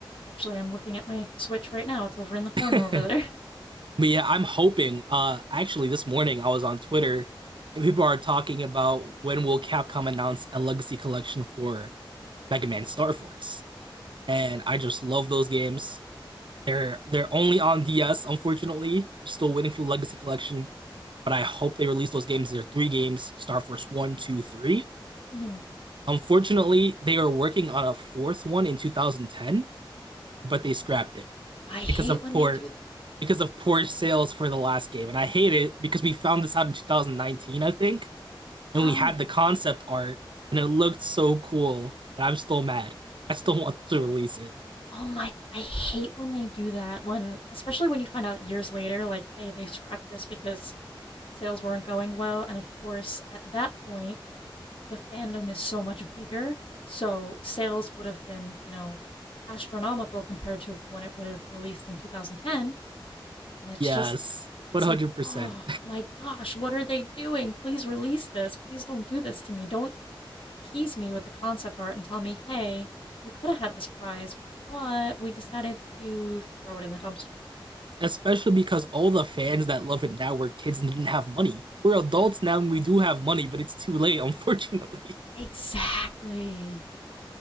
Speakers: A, on the left (about 80°); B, on the right (about 65°).
A: Actually, I'm looking at my Switch right now. It's over in the corner
B: <laughs>
A: over there.
B: But yeah, I'm hoping. Uh, actually, this morning I was on Twitter and people are talking about when will Capcom announce a legacy collection for Mega Man Star Force. And I just love those games. They're they're only on DS, unfortunately. We're still waiting for the legacy collection, but I hope they release those games. There are three games, Star Force One, 2, 3.
A: <laughs> hmm
B: Unfortunately, they are working on a fourth one in 2010, but they scrapped it
A: I hate
B: because of
A: when
B: poor
A: they do
B: because of poor sales for the last game. And I hate it because we found this out in 2019, I think, and
A: Oh,
B: we had the concept art and it looked so cool, and I'm still mad. I still want to release it.
A: oh my I hate when they do that when especially when you find out years later like, "Hey, they scrapped this because sales weren't going well." And of course, at that point, the fandom is so much bigger, so sales would have been, you know, astronomical compared to when it would have released in 2010, and it's
B: Yes,
A: just it's
B: 100%.
A: like, "Oh my gosh, what are they doing? Please release this. Please don't do this to me. Don't tease me with the concept art and tell me, hey, you could have had this prize, but we decided to throw it in the dumpster.
B: Especially because all the fans that love it now were kids and didn't have money. We're adults now and we do have money, but it's too late, unfortunately. <laughs>
A: Exactly.